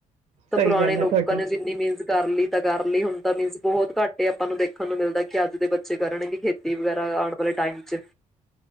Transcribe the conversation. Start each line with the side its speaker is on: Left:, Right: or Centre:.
Centre: ਤਾਂ
Right: ਸਹੀ
Centre: ਪੁਰਾਣੇ
Right: ਗੱਲ
Centre: ਲੋਕਾਂ
Right: ਹੈ ਤੁਹਾਡੀ
Centre: ਨੇ ਜਿੰਨੀ ਮੀਨਸ ਕਰ ਲਈ ਤਾਂ ਕਰ ਲਈ ਹੁਣ ਤਾਂ ਮੀਨਸ ਬਹੁਤ ਘੱਟ। ਇਹ ਆਪਾਂ ਨੂੰ ਦੇਖਣ ਨੂੰ ਮਿਲਦਾ ਕਿ ਅੱਜ ਦੇ ਬੱਚੇ ਕਰਨਗੇ ਖੇਤੀ ਵਗੈਰਾ ਆਉਣ ਵਾਲੇ ਟਾਈਮ ਚ।